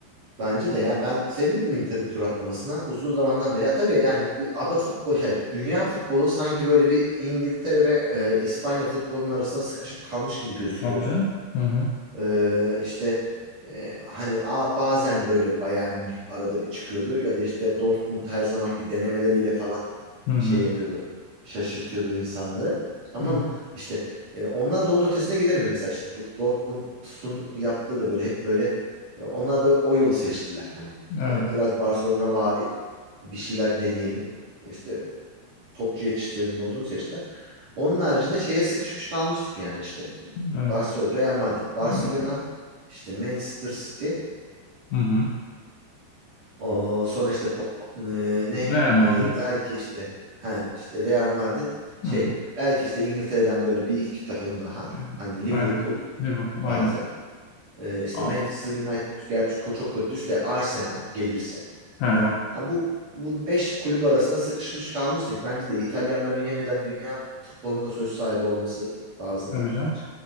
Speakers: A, on the right; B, on the left.
A: Bence de ya ben sevindim Inter'in tur atlamasına uzun zamandan beri. Ya tabii yani bu ada futbolu şey, dünya futbolu sanki böyle bir İngiltere ve e, İspanya futbolunun arasında sıkışıp kalmış gibi gözüküyordu.
B: Tabii canım. Hı hı.
A: Ee, işte e, hani a, bazen böyle Bayern Münih arada bir çıkıyordu ya da işte Dortmund her zamanki denemeleriyle falan
B: Hı hı.
A: şey yapıyordu. Şaşırtıyordu insanları. Ama
B: Evet,
A: işte e, onlar da onun ötesine gidemiyor mesela işte Do- Dortmund'un yaptığı da böyle hep böyle e, onlar da o yolu seçtiler hani.
B: evet.
A: E, biraz Barcelona vari bir şeyler deneyelim. İşte topçu yetiştirelim ne olduğunu seçtiler. Onun haricinde şeye sıkışmış kalmıştık yani işte. Barcelona,
B: evet.
A: Real Madrid, Barcelona,
B: Mesela-
A: işte Manchester City.
B: Hı hı.
A: O sonra işte po- e, ne
B: Real Madrid.
A: e, belki işte ha işte Real Madrid şey
B: Hı hı.
A: belki işte İngiltere'den böyle bir iki takım daha
B: Evet.
A: hani Liverpool
B: Aynen. Liverpool,
A: bazen.
B: aynen.
A: Ee, işte
B: A-
A: Manchester United gerçi ko- çok kötü düştü de Arsenal gelirse.
B: He he.
A: Yani, ha bu bu 5 kulüp arasında sıkışmış kalmıştık. Bence de İtalyanların yeniden dünya futbolunda söz sahibi olması lazım
B: Tabii
A: ya
B: canım.
A: bence.